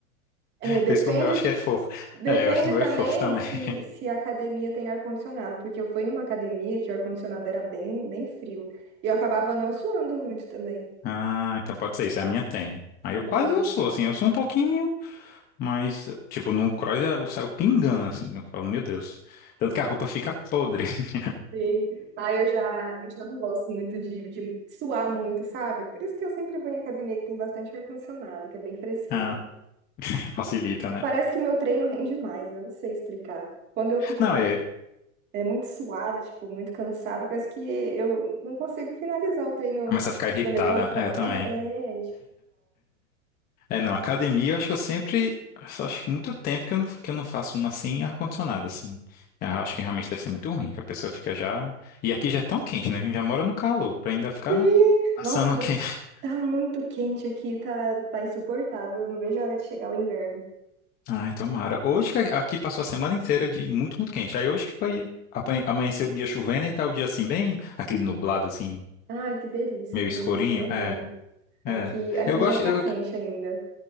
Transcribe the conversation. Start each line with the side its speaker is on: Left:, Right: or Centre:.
Right: É, É, depende
Left: Por isso que o meu eu acho que é fofo.
Right: Depende
Left: É, eu acho que o meu
Right: também
Left: é fofo também.
Right: se,
Left: <laughs>
Right: se a academia tem ar-condicionado, porque eu fui em uma academia que o ar-condicionado era bem, bem frio. E eu acabava não suando muito também.
Left: Ah, então pode ser isso, é a minha tem. Aí
Right: Então,
Left: eu quase eu sou, assim, eu sou um pouquinho, mas, tipo, no cross eu saio pingando, assim, eu falo, meu Deus. Tanto que a roupa fica podre. <laughs>
Right: sim. Aí eu já, eu já não gosto muito de, de suar muito, sabe? Por isso que eu sempre vou em academia que tem bastante ar-condicionado, que é bem fresquinho.
Left: Ah, facilita, né?
Right: Parece que meu treino rende mais, eu não sei explicar. Quando eu fico
Left: Não,
Right: mu-
Left: é,
Right: é, muito suada, tipo, muito cansada, parece que eu não consigo finalizar o treino
Left: começa a ficar irritada,
Right: da mesma forma.
Left: é, eu também.
Right: É, é
Left: É, não, academia, eu acho que eu sempre. eu só acho que muito tempo que eu não, que eu não faço uma assim ar-condicionado, assim. Ah, Eu acho que realmente deve ser muito ruim, que a pessoa fica já. E aqui já é tão quente, né? A gente já mora no calor, pra ainda ficar
Right: Sim.
Left: passando
Right: Nossa,
Left: o quente.
Right: tá muito quente aqui, tá, tá insuportável. Eu Não vejo a hora de chegar o inverno.
Left: <laughs> Ai, tomara. Hoje que aqui passou a semana inteira de muito, muito quente. Aí hoje que foi. apa- Amanheceu o dia chovendo e tá o dia assim, bem. Aquele nublado, assim,
Right: Ai, que delícia,
Left: meio
Right: o clima
Left: escurinho.
Right: assim é bom.
Left: É,
Right: Aqui,
Left: é.
Right: aqui
Left: Eu gosto.
Right: já tá
Left: eu-
Right: quente ainda.